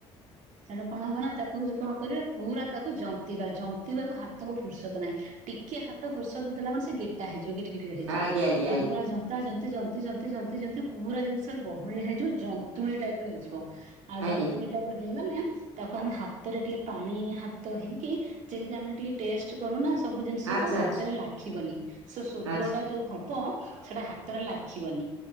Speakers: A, on the right; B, on the right.
A: ହେଟୁ କଣ ହବ ନା ତାକୁ ଯୋଉ କଣ କରିବା ପୁରା ତାକୁ ଜନ୍ତିବା ଜନ୍ତିବାକୁ ହାତକୁ ଫୁର୍ସତ ନାହିଁ ଟିକେ ହାତ ଫୁର୍ସତ୍ ଦେଲା ମାନେ ସେ ଗେଟା ହେଇଯିବ। <unintelligible> ହେଇଯିବ।
B: ଆଜ୍ଞା ଆଜ୍ଞା ଆଜ୍ଞା
A: ତାକୁ
B: ଆଜ୍ଞା
A: ପୁରା ଜ ଯନ୍ତି ଯନ୍ତି ଯନ୍ତି ଯନ୍ତି ଯନ୍ତି ପୁରା ଯେମିତି ସିଏ ବହଳିଆ ହେଇଯିବ। ଯନ୍ତୁଣୀ ଟାଇପ୍ ର ହେଇଯିବ।
B: ଆଜ୍ଞା
A: ଆଉ ଯନ୍ତୁଣୀ ଟା ପୁରା ହେଇଗଲେ ତାକୁ ଆମେ ହା ତ ରେ ଟିକେ ପାଣି ହାତ ହେଇକି ଯେମିତି ଆମେ ଟିକେ ଟେଷ୍ଟ କରୁନା ସବୁ ଜିନିଷକୁ
B: ଆଚ୍ଛା
A: ହାତରେ ଲାଖିବନି। ସେ ସୋଦୁଅଟା
B: ଆଚ୍ଛା
A: ଯୋଉ ହବ ସେଟା ହାତରେ ଲାଖିବନି।